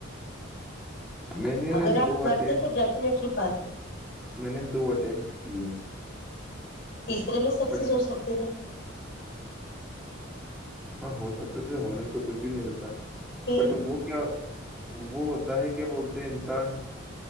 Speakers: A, in the centre; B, on the left.
A: میں نے
B: اگر آپ
A: دو
B: کرتے
A: اٹیمپٹ
B: تو ڈیفنیٹلی بات
A: میں نے دو اٹیمپٹ کیے
B: تیسرے میں سکسیس
A: بٹ
B: ہو سکتے تھے
A: ہاں ہو سکتا تو ہونے میں تو کچھ بھی نہیں ہوتا
B: پھر
A: بٹ وہ کیا وہ ہوتا ہے کیا بولتے ہیں انسان